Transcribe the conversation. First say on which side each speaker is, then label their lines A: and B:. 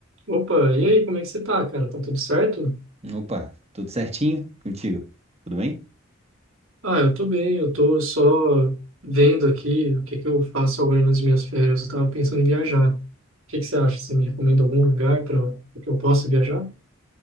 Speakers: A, on the right; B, on the right.
A: Opa, e aí, como é que você tá, cara? Tá tudo certo?
B: Opa, tudo certinho contigo? Tudo bem?
A: Ah, eu tô bem, eu tô só vendo aqui o que que eu faço agora nas minhas férias. Eu tava pensando em viajar. O que que você acha? Você me recomenda algum lugar para que eu possa viajar?